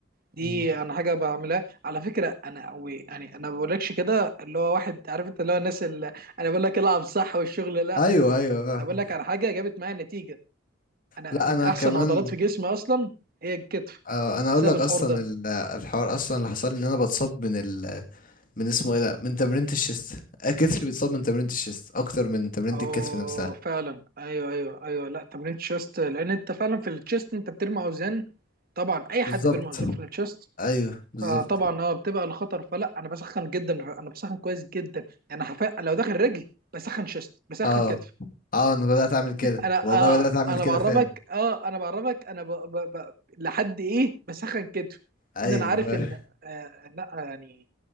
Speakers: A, on the right; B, on the left.
A: دي
B: مم.
A: انا حاجة بعملها على فكرة انا أو يعني انا ما بقولكش كده اللي هو واحد عارف انت اللي هو الناس اللي انا بقول لك العب صح والشغل لا
B: ايوه ايوه فاهم.
A: انا بقول لك على حاجة جابت معايا نتيجة انا
B: لا
A: من
B: انا
A: احسن
B: كمان
A: عضلات في جسمي اصلا هي الكتف
B: آه، انا اقول
A: بسبب
B: لك
A: الحوار
B: اصلا
A: ده
B: ال- الحوار اصلا اللي حصل لي ان انا بتصاب من من اسمه ايه ده من تمرينة الشيست آه، كتفي بيتصاب من تمرينة الشيست اكتر من تمرينة
A: اه
B: الكتف نفسها
A: فعلا ايوه ايوه ايوه لا تمرين الشيست لان انت فعلا في الشيست انت بترمي اوزان طبعا اي حد
B: بالظبط
A: بيرمي اوزان في الشيست
B: ايوه بالظبط
A: فطبعا اه بتبقى الخطر فلا انا بسخن جدا انا بسخن كويس جدا يعني حرفيا لو داخل رجل بسخن شيست بسخن
B: اه
A: كتف
B: اه انا بدأت اعمل كده
A: انا
B: والله
A: اه
B: بدأت اعمل
A: انا
B: كده
A: بعرفك
B: فعلا
A: اه انا بعرفك انا ب... ب... ب... لحد ايه بسخن كتف
B: ايوه
A: ان انا عارف
B: ف-
A: ان آه لا يعني